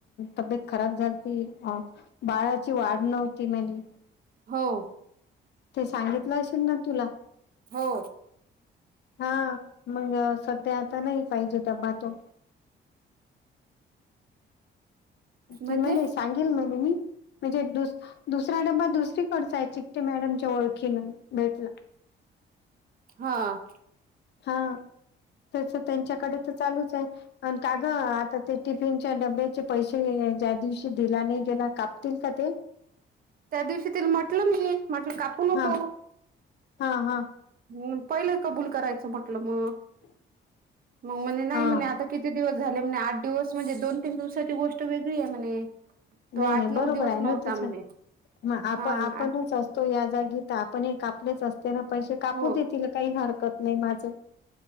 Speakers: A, on the left; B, on the right.
A: तब्येत खराब झाल ती आं. बाळाची वाढ नव्हती म्हणे.
B: हो.
A: ते सांगितलं असेल ना तुला?
B: हो.
A: हां. मग संध्या आता नाही पाहिजे डब्बा तो.
B: म्हणजे
A: ते म्हणे सांगेल म्हणे मी. म्हणजे दुस-दुसरा डबा दुसरीकडचा आहे, चिकटे मॅडमच्या ओळखीन भेटला.
B: हां.
A: हां तेचं तेच्याकडेच चालूच आहे. आणि का गं आता ते, टिफिनच्या डब्याचे पैसे ज्या दिवशी दिला नाही गेला काप <unintelligible>
B: त्या दिवशी तिल म्हटलं, मी म्हटलं कापू नको‌.
A: हा हा हां.
B: हम्म पहिलं कबूल करायचं म्हटलं मग.
A: <inaudible>
B: मग म्हणे नाही
A: हा
B: म्हणे आता किती दिवस झाले म्हणे, आठ दिवस म्हणजे दोन तीन दिवसाची गोष्ट वेगळी आहे म्हणे. तो
A: नाही
B: आठ
A: नाही
B: नऊ
A: बरोबर
B: दिवस
A: आहेय
B: नव्हता
A: न तीच
B: म्हणे
A: मग आप
B: हा
A: आप नच तो या जागी तर आपण हे कापलेच असते ना, पैसे कापू
B: हो
A: देतील काही हरकत नाही माझं.